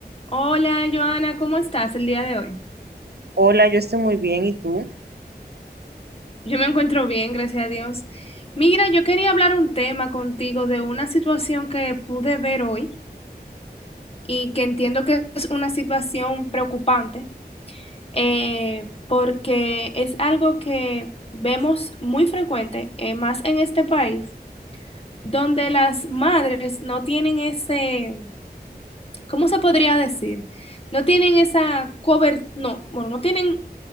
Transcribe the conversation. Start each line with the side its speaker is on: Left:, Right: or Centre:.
Left: Hola, Joana, ¿cómo estás el día de hoy?
Right: Hola, yo estoy muy bien, ¿y tú?
Left: Yo me encuentro bien, gracias a Dios. Mira, yo quería hablar un tema contigo de una situación que pude ver hoy y que entiendo que es una situación preocupante, eh, porque es algo que vemos muy frecuente, eh, más en este país, donde las madres no tienen ese, ¿cómo se podría decir? No tienen esa cobertura, no, bueno, no tienen